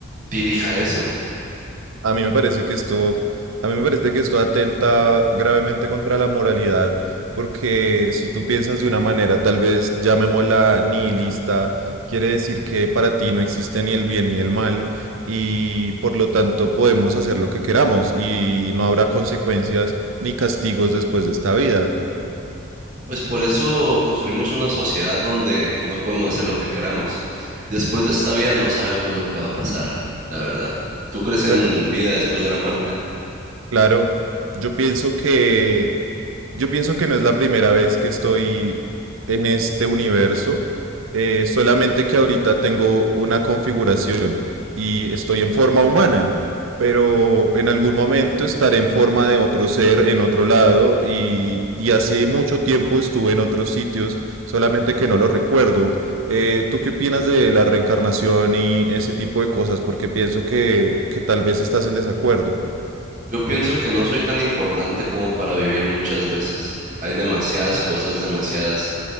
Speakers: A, on the right; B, on the right.
A: dirija a eso.
B: A mí me parece que esto, a mí me parece que esto atenta gravemente contra la moralidad, porque si tú piensas de una manera, tal vez llamémosla nihilista, quiere decir que para ti no existe ni el bien ni el mal, y por lo tanto podemos hacer lo que queramos y no habrá consecuencias ni castigos después de esta vida.
A: Pues por eso construimos una sociedad donde no podemos hacer lo que queramos. Después de esta vida no sabemos lo que va a pasar, la verdad. ¿Tú crees
B: O
A: en
B: sea que tú pi-
A: vida después de la muerte?
B: Claro, yo pienso que Yo pienso que no es la primera vez que estoy en este universo, eh, solamente que ahorita tengo una configuración y estoy en forma humana, pero en algún momento estaré en forma de otro ser en otro lado y, y hace mucho tiempo estuve en otros sitios, solamente que no lo recuerdo. Eh, ¿tú qué opinas de la reencarnación y ese tipo de cosas? Porque pienso que, que tal vez estás en desacuerdo.
A: Yo pienso que no soy tan importante como para vivir muchas veces. Hay demasiadas cosas, demasiadas,